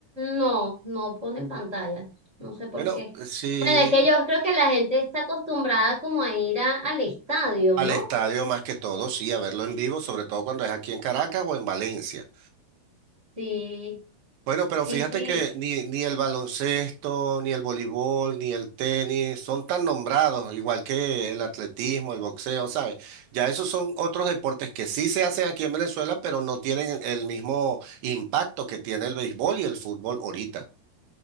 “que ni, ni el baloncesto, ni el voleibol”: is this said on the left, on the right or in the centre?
Right